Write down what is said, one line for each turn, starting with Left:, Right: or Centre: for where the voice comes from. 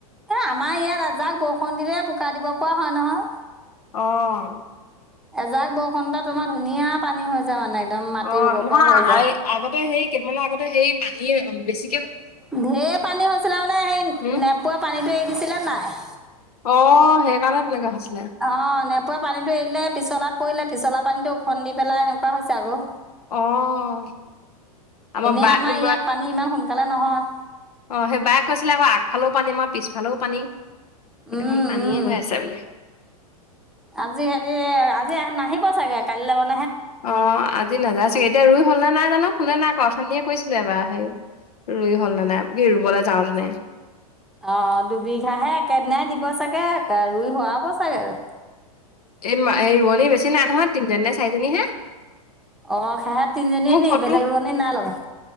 Centre: এ আমাৰ ইয়াত এজাক বৰষুণ দিলে বোকা দিব পৰা হয় নহয়।
Left: অহ।
Centre: এজাক বৰষুণতে তোমাৰ ধুনীয়া পানী হৈ যায় মানে। একদম মাটি
Left: অ
Centre: ৰুব
Left: নহয়
Centre: পৰা হৈ যায়
Left: এই আগতে সেই কেইটামানে আগতে সেই পানী বেছি।
Centre: ঢেৰ পানী হৈছিলে মানে সেই
Left: উম,
Centre: নেপোৱা পানীটো এৰি দিছিলে নে নাই।
Left: অ সেই কাৰণে তেনেকুৱা হৈছে।
Centre: অ নেপোৱা পানীটো এৰিলে পিছলাত পৰিলে পিছলা পানীটো উফন্দি পেলাই এনেকুৱা হৈছে আকৌ।
Left: অহ আমাৰ
Centre: এনেই
Left: বা
Centre: ইয়াত
Left: বা।
Centre: পানী ইমান সোনকালে নহয়
Left: অ সেই বায়ে কৈছিলে আকৌ আগফালেও পানী মই। পিছফালেও পানী গোটেইখন
Centre: উম
Left: পানীয়ে
Centre: উম
Left: হৈ আছে বুলি।
Centre: আজি সিহঁতি আজি নাহিব চাগে কালিলৈ।
Left: অ আজি নাযায় চাগে এতিয়া ৰুই হল নে নাই জানো ফোনে নাই কৰা অথনিয়ে কৰিছিলোঁ এবাৰ হেই। ৰুই হ'ল নে নাই কি ৰুবলৈ যাওঁ তেনে।
Centre: অ দুবিঘাহে একেদিনাই দিব চাগে ৰুই হোৱাব চাগে আৰু।
Left: এই এই ৰোৱনী বেছি নাই নহয় তিনিজনী নে চাৰিজনী হে।
Centre: অ খা তিনিজনী নি
Left: ফটো
Centre: বেলেগ ৰোৱনী নাই লগা।